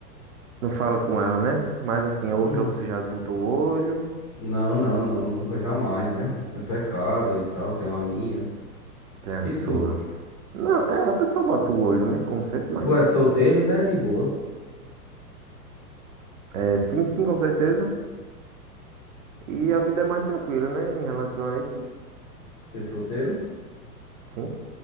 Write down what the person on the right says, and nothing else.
Não fala com ela, né? Mas assim, a outra
você já botou o olho.
Tem a sua.
Não, é, a pessoa bota o olho, né? Como sempre, mas.
É, sim, sim, com certeza. E a vida é mais tranquila, né? Em relação a isso.
Sim.